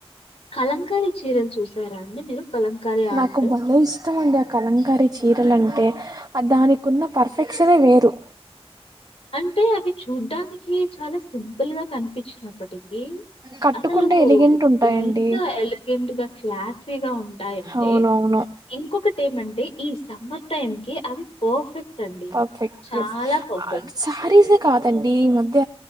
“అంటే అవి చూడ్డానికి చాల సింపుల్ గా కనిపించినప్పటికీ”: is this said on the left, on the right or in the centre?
Left